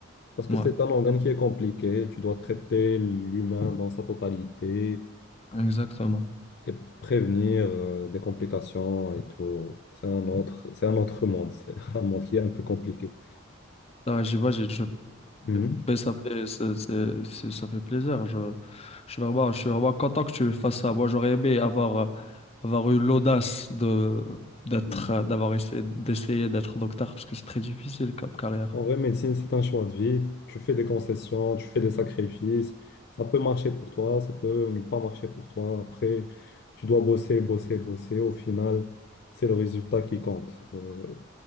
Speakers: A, on the left; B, on the left.
A: parce que
B: ouais,
A: c'est un organe qui est compliqué. Tu dois traiter l'humain dans sa totalité.
B: exactement.
A: et prévenir euh, des complications et tout. C'est un autre, c'est un autre monde, c'est <laughs> un monde qui est un peu compliqué.
B: Ah, j'y vais, j'ai- je,
A: Mhm.
B: ben, ça fait, c'est- c'est- c'est- ça fait plaisir. Je, je suis vraiment, je suis vraiment content que tu fasses ça. Moi, j'aurais aimé avoir, euh, avoir eu l'audace de, d'être,
A: Mhm.
B: euh, d'avoir essayé, d'essayer d'être docteur parce que c'est très difficile comme carrière.
A: En vrai, médecine, c'est un choix de vie. Tu fais des concessions, tu fais des sacrifices. Ça peut marcher pour toi, ça peut ne pas marcher pour toi. Après, tu dois bosser, bosser, bosser. Au final, c'est le résultat qui compte. Euh,